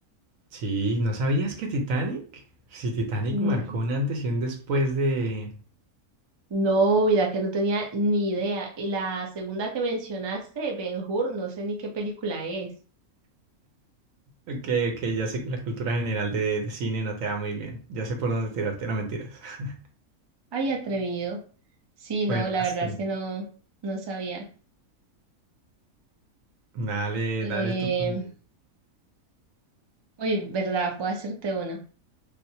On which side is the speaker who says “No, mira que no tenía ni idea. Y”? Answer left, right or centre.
Right